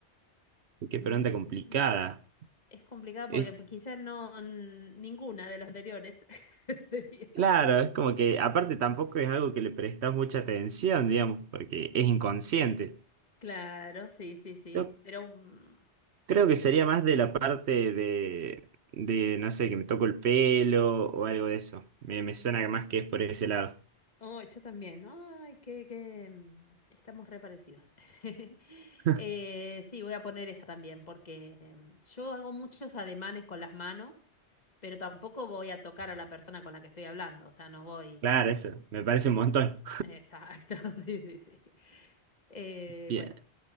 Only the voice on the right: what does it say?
Qué
pregunta complicada.
Es
claro, es como que aparte tampoco es algo que le prestas mucha atención, digamos, porque es inconsciente.
Yo
creo que sería más de la parte de, de no sé, que me toco el pelo o algo de eso. Me, me suena más que es por ese lado.
<laughs>
Claro, eso, me parece un montón.
Bien,